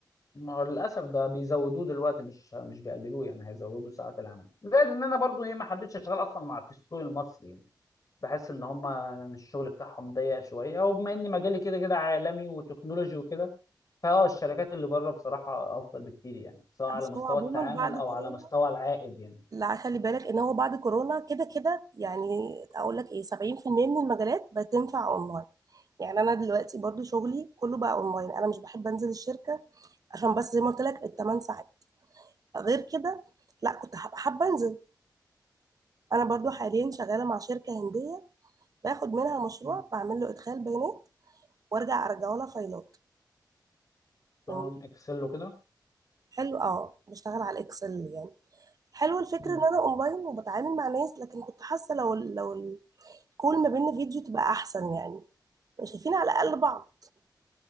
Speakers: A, on the left; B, on the right.
A: ما هو للاسف ده بيزودوه دلوقتي مش مش بيقللوه يعني هيزودوا ساعات العمل زائد ان انا برضو ايه ما حبيتش اشتغل اصلا مع في السوق المصري يعني بحس ان هم الشغل بتاعهم ضيق شويه وبما ان مجالي كده كده عالمي وتكنولوجي وكده فهو الشركات اللي بره بصراحه افضل بكتير يعني سواء
B: لا
A: على
B: بس
A: مستوى
B: هو عموما
A: التعامل
B: بعد
A: او
B: كورونا
A: على مستوى العائد يعني
B: لا خلي بالك ان هو بعد كورونا كده كده يعني اقول لك ايه 70% من المجالات بتنفع اونلاين يعني انا دلوقتي برضو شغلي كله بقى اونلاين انا مش بحب انزل الشركه عشان بس زي ما قلت لك الثمان ساعات غير كده لا كنت هبقى حابه انزل انا برضو حاليا شغاله مع شركه هنديه باخد منها مشروع
A: مم.
B: بعمل له ادخال بيانات وارجع ارجعه لها فايلات
A: نظام
B: يعني
A: اكسل وكده
B: حلو اه بشتغل على الاكسل يعني حلو الفكره
A: مم.
B: ان انا اونلاين وبتعامل مع ناس لكن كنت حاسه لو لو الكول ما بيننا فيديو تبقى احسن يعني يبقى شايفين على الاقل بعض